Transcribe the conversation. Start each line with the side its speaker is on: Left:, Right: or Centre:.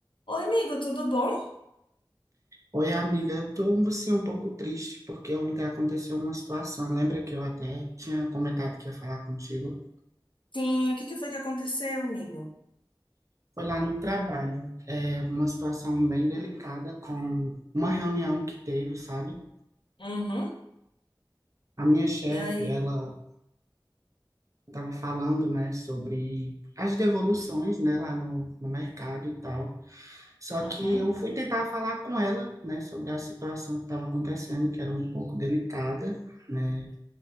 Left: Oi, amigo, tudo bom?
Right: Oi, amiga, eu tô assim um pouco triste porque ontem aconteceu uma situação. Lembra que eu até tinha comentado que ia falar contigo?
Left: Sim, o que que foi que aconteceu, amigo?
Right: Foi lá no trabalho. É uma situação bem delicada com uma reunião que teve, sabe?
Left: Uhum.
Right: A minha chefe,
Left: E aí?
Right: ela estava falando, né, sobre as devoluções, né, lá no, no mercado e tal. Só
Left: Uhum,
Right: que eu fui tentar falar com ela, né, sobre a situação que estava acontecendo, que era um pouco delicada, né?